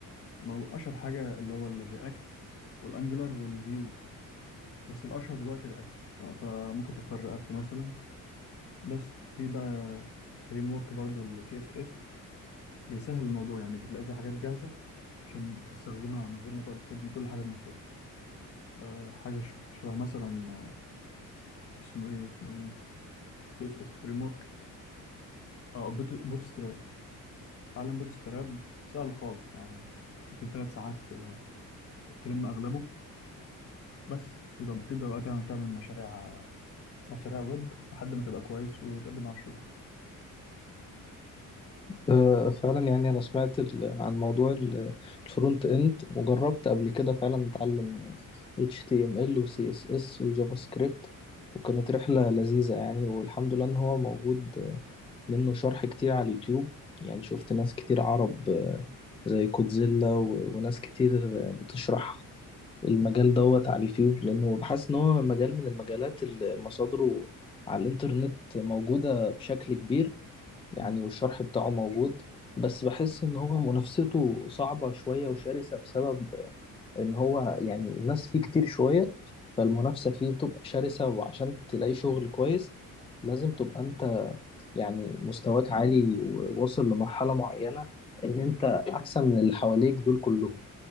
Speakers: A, on the left (about 45°); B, on the left (about 15°).
A: مو- اشهر حاجة اللي هو الرياكت والانجلر والفيو بس الاشهر دلوقتي رياكت فممكن تختار رياكت مثلا بس في بقى فريم ورك برضه السي اس اس بيسهل الموضوع يعني بتلاقي في حاجات جاهزة عشان تستخدمها من غير ما تقعد تبني كل حاجة من الصفر آه، حاجة ش- شبه مثلا آه، اسمه ايه اسمه ايه سي اس اس فريم ورك اه بوت بوت ستراب تعلم بوت ستراب سهل خالص يعني ممكن ثلاث ساعات آه، تلم اغلبه بس تبدأ بتبدأ بقى تعمل تعمل مشاريع مشاريع ويب لحد ما تبقى كويس وتقدم على الشغل
B: آه، فعلا يعني انا سمعت ال- عن موضوع ال- الفرونت اند وجربت قبل كده فعلا اتعلم HTML و CSS وجافا سكريبت وكانت رحلة لذيذة يعني والحمد لله ان هو موجود آه، منه شرح كتير على اليوتيوب يعني شفت ناس كتير عرب آه، زي كودزيلا و- وناس كتير آه، بتشرح المجال
A: م-
B: دوت على اليوتيوب لأنه بحس إن هو مجال من المجالات اللي مصادره على الإنترنت موجودة بشكل كبير يعني
A: م.
B: والشرح بتاعه موجود بس بحس ان هو منافسته صعبة شوية وشرسة بسبب ان هو يعني الناس فيه كتير شوية فالمنافسة فيه بتبقى شرسة وعشان تلاقي شغل كويس لازم تبقى انت يعني مستواك عالي وواصل لمرحلة معينة ان انت احسن من اللي حواليك دول كلهم